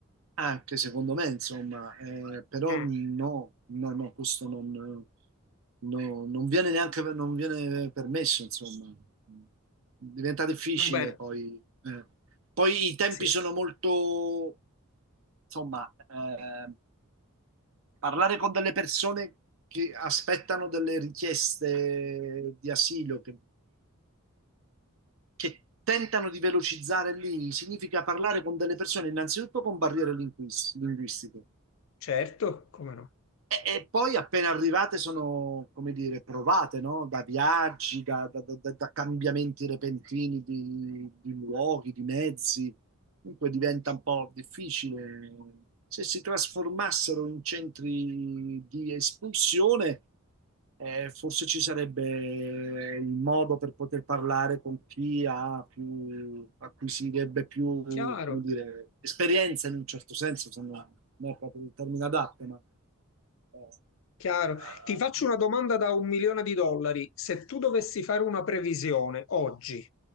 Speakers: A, on the right; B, on the left.
A: anche secondo me, insomma, eh, però
B: Mm.
A: no, no, no, questo non, no, non viene neanche non viene permesso, insomma. Diventa difficile
B: Va bene.
A: poi. eh. Poi i tempi
B: Sì,
A: sono molto, insomma, eh, parlare con delle persone che aspettano delle richieste di asilo, che, che tentano di velocizzare lì, significa parlare con delle persone innanzitutto con barriere linguis- linguistiche,
B: certo, come no?
A: E, e poi appena arrivate sono, come dire, provate, no? Da viaggi, da, da- da- da cambiamenti repentini di, di luoghi, di mezzi. Dunque diventa un po' difficile. Se si trasformassero in centri di espulsione, eh, forse ci sarebbe il modo per poter parlare con chi ha più, acquisirebbe più,
B: Chiaro,
A: come dire, esperienza in un certo senso, se non non è proprio il termine adatto, ma eh,
B: chiaro.
A: a- a-
B: Ti faccio una domanda da un milione di dollari. Se tu dovessi fare una previsione oggi,